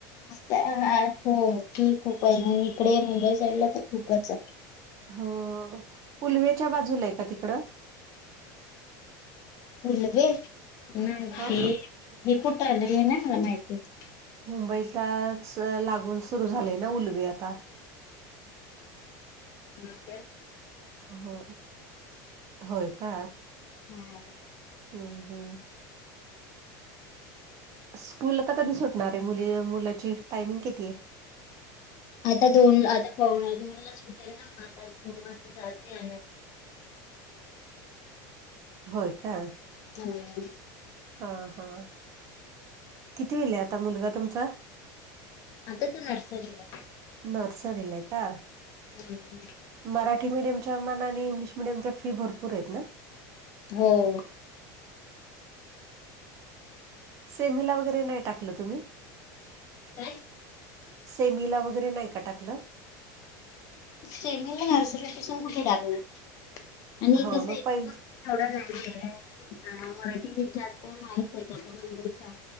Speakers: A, on the left; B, on the right.
A: त हो की खूप आहे इकडे मुंबई साईड ला तर खूपच आहे.
B: हो उलवेच्या बाजूला आहे का तिकडं.
A: फलवे ना
B: हा.
A: हे हे कुठं आलं हे ना मला माहिती आहे.
B: मुंबईलाच लागून सुरू झालंय ना उलवे आता.
A: हो का.
B: हो होय का.
A: हम्.
B: हम हम्. स्कूल आता कधी सुटणार आहे मुली मुलाची टायमिंग किती आहे.
A: आता दोन आता. पव धोनला सुटेला ना मस्तेव.
B: होय का.
A: हम्.
B: हा हा किती वेला आहे आता मुलगा तुमचा.
A: आता तु नर्सरी आहे.
B: नर्सरीलाय का.
A: ह.
B: मराठी मिडियमच्या मानाने आणि इंग्लिश मिडियमच्या फी भरपूर आहेत ना?
A: हो.
B: सेमिला वगैरे नाही टाकलं तुम्ही?
A: काय?
B: सेमिला वगैरे नाही का टाकलं?
A: सेमीला नर्सरीपसून कुठे टाकणार? आणि
B: हो
A: तस <unintelligible>
B: मग पहिली
A: हा मराठी जास्त माहित आहे मुंबईच्या,